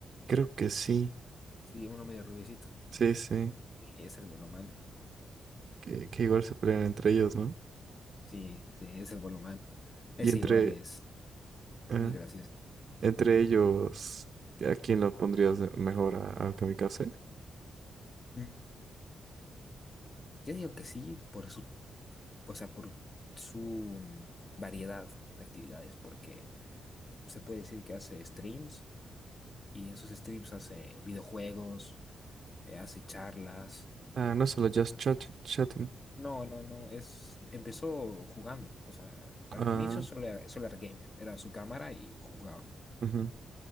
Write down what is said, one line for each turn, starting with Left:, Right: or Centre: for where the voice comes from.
Right: creo que sí,
Left: Sí, uno medio rubiecito.
Right: sí, sí,
Left: Sí, Es el Bolomán.
Right: que, que igual se pelean entre ellos, ¿no?
Left: Sí, sí, es el Bolomán. Ese
Right: Y entre,
Left: igual es
Right: ah,
Left: muy gracioso.
Right: entre ellos, ¿a quién lo pondrías de- mejor a- al kamikaze?
Left: Mm, Yo digo que sí, por su, o sea, por su mm, variedad de actividades, porque se puede decir que hace streams y en sus streams hace videojuegos, eh, hace charlas,
Right: Ah, no solo Just Chat- Chatting.
Left: No, no, no, es, empezó jugando, o sea, al
Right: Ah,
Left: inicio solo era, solo era gamer, era su cámara y jugaba.
Right: ujú,